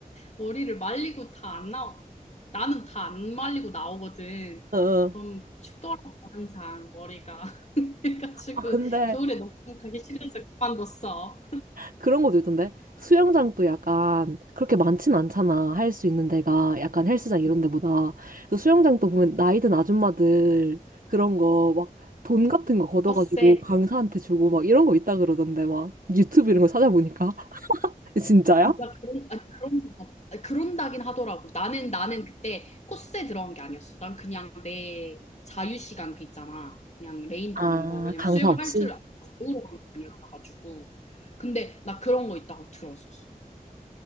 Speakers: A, on the left; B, on the right.
A: 머리를 말리고 다 안 나오, 나는 다 안 말리고 나오거든.
B: 어. 어.
A: 그럼 춥더라고, 항상 머리가. <laughs> 그래가지고,
B: 아, 근데
A: 겨울에 너무 가기 싫어서 그만뒀어.
B: 그런 것도 있던데? 수영장도 약간 그렇게 많진 않잖아. 할 수 있는 데가 약간 헬스장 이런 데보다. 그래서 수영장도 보면 나이 든 아줌마들 그런 거 막 돈 같은 거 걷어가지고
A: 텃세.
B: 강사한테 주고 막 이런 거 있다 그러던데 막 유튜브 이런 거 찾아보니까. <laughs> 진짜야?
A: 진짜 그런 아니 그런 것 같- 아니, 그런다긴 하더라고. 나는 나는 그때 코스에 들어간 게 아니었어. 난 그냥 내 자유 시간 그 있잖아. 그냥 레인
B: 아,
A: 도는 거. 왜냐면
B: 강사
A: 수영을
B: 없이?
A: 할 줄 알고 배우러 간거 아니었어가지고. 근데 나 그런 거 있다고 들었었어.